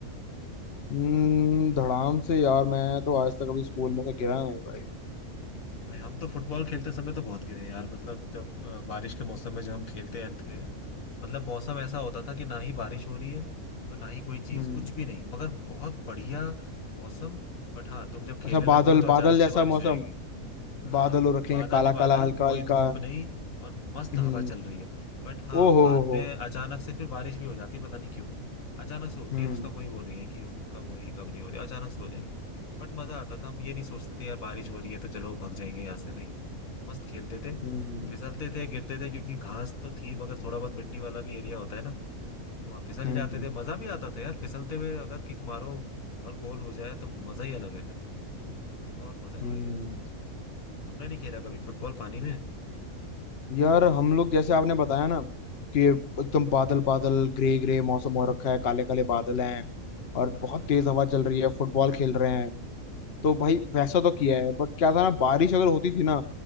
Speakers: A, on the left; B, on the left.
A: हम्म धड़ाम से यार मैं तो आज तक अभी स्कूल में से गिरा नहीं भाई
B: भाई हम तो फुटबॉल खेलते समय तो बहुत गिरे हैं यार मतलब जब अ, बारिश के मौसम में जब हम खेलते हैं थे मतलब मौसम ऐसा होता था कि ना ही बारिश हो रही है और ना ही कोई चीज
A: हम्म
B: कुछ भी नहीं मगर बहुत बढ़िया मौसम बट हाँ तुम जब खेलने
A: अच्छा
B: लगोगे
A: बादल
B: तो अचानक
A: बादल जैसा
B: से बारिश
A: मौसम
B: हो जाएगी हाँ
A: बादल हो रखे
B: बादल
A: हैं काला
B: ही बादल
A: काला हल्का
B: कोई
A: हल्का
B: धूप नहीं और मस्त
A: हम्म
B: हवा चल रही है बट हाँ
A: ओ हो
B: बाद
A: हो हो
B: में अचानक से फिर बारिश भी हो जाती है पता नहीं क्यों अचानक से होती
A: हम्म
B: है उसका कोई वो नहीं है कि कब हो रही है कब नहीं हो रही है अचानक से हो जाएगी बट मजा आता था हम ये नहीं सोचते थे यार बारिश हो रही है तो चलो भाग जाएंगे यहाँ से नहीं मस्त खेलते थे
A: हम्म
B: फिसलते थे गिरते थे क्योंकि घास तो थी मगर थोड़ा बहुत मिट्टी वाला भी एरिया होता है ना तो वहाँ फिसल
A: हम्म
B: जाते थे मजा भी आता था यार फिसलते हुए अगर किक मारो और गोल हो जाए तो मजा ही अलग है फिर तो बहुत मजा
A: हम्म
B: किया यार सच में तुमने नहीं खेला कभी फुटबॉल पानी में
A: यार हम लोग जैसे आपने बताया ना कि एकदम
B: हम्म,
A: बादल बादल ग्रे ग्रे मौसम हो रखा है काले काले बादल हैं और
B: हाँ
A: बहुत
B: हाँ
A: तेज हवा चल रही है फुटबॉल खेल रहे हैं तो भाई वैसा तो किया है बट क्या था ना बारिश अगर होती थी ना